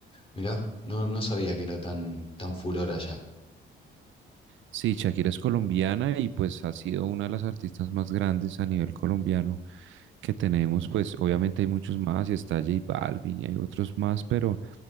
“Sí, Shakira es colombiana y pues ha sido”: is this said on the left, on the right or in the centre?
Right